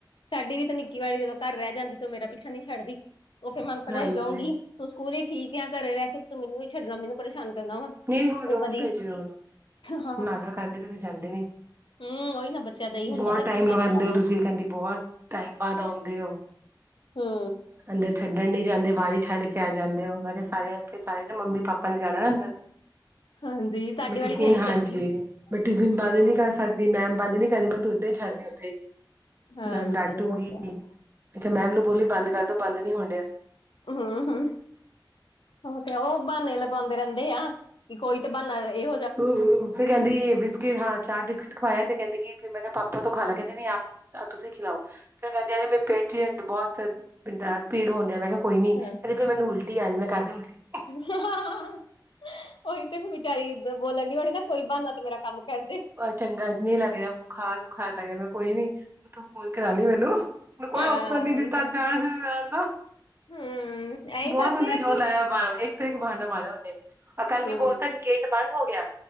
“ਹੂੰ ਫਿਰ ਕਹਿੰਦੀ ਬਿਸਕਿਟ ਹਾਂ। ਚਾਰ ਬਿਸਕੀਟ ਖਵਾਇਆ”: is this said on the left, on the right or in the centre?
Right